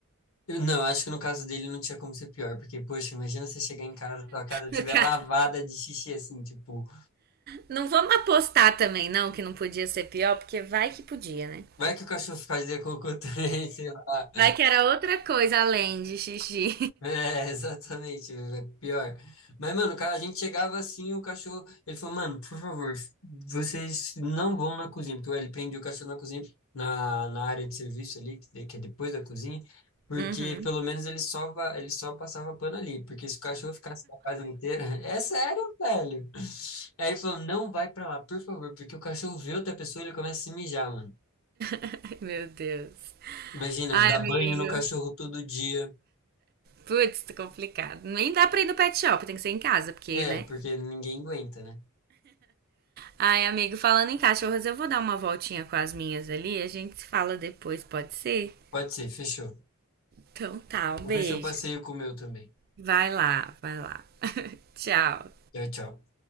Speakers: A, on the left; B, on the right.
A: Eu- Não, acho que no caso dele não tinha como ser pior, porque, poxa, imagina você chegar em casa, sua casa estiver
B: No caso,
A: lavada de xixi, assim, tipo,
B: Não vamos apostar também, não, que não podia ser pior, porque vai que podia, né?
A: vai que o cachorro fica de cocô também, <laughs> sei lá.
B: Vai que era outra coisa além de xixi.
A: É, <laughs> exatamente, é pior. Mas, mano, cara, a gente chegava assim, o cachorro, ele falou, mano, por favor, vocês não vão na cozinha, porque ele prende o cachorro na cozinha, na, na área de serviço ali, que de- que é depois da cozinha, porque
B: Uhum.
A: pelo menos ele só, va- ele só passava pano ali, porque se o cachorro ficasse na casa inteira, <laughs> é sério, velho. Aí ele falou, não vai pra lá, por favor, porque o cachorro vê outra pessoa, ele começa a se mijar, mano.
B: <laughs> Meu Deus.
A: Imagina,
B: Ai,
A: dar
B: amigo.
A: banho no cachorro todo dia.
B: Putz, tá complicado. Nem dá pra ir no pet shop, tem que ser em casa, porque,
A: É,
B: né?
A: porque ninguém aguenta, né?
B: Ai, amigo, falando em cachorras, eu vou dar uma voltinha com as minhas ali, a gente se fala depois, pode ser?
A: Pode ser, fechou.
B: Então tá, um
A: Vou
B: beijo.
A: ver se eu passeio com o meu também.
B: Vai lá, vai lá. <laughs> Tchau.
A: Tchau, tchau.